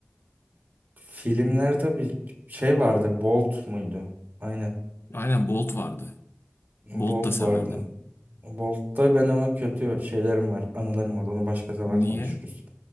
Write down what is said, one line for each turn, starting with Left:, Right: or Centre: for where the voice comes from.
Right: Filmler tabii şey vardı. Bolt muydu? Aynen.
Left: aynen Bolt vardı.
Right: Bolt
Left: Bolt da severdim.
Right: vardı. Bolt'ta ben ama kötü şeylerim var, anılarım var. Onu başka zaman
Left: Niye?
Right: konuşuruz.